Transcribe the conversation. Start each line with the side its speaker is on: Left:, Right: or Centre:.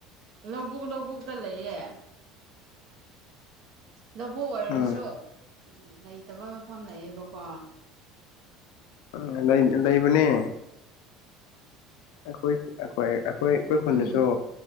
Right: ꯂꯧꯕꯨꯛ ꯂꯧꯕꯨꯛꯇ ꯂꯩꯌꯦ ꯂꯧꯕꯨ ꯑꯣꯏꯔꯁꯨ
Left: ꯎꯝ
Right: ꯂꯩꯇꯕ ꯃꯐꯝ ꯂꯩꯌꯦꯦꯕꯀꯣ
Left: ꯎꯝ ꯂꯩꯕꯅꯦ ꯑꯩꯈꯣꯏ ꯑꯩꯈꯣꯏ ꯑꯩꯈꯣꯏ ꯑꯩꯈꯣꯏ ꯈꯨꯟꯗꯁꯨ
Right: ꯎꯝ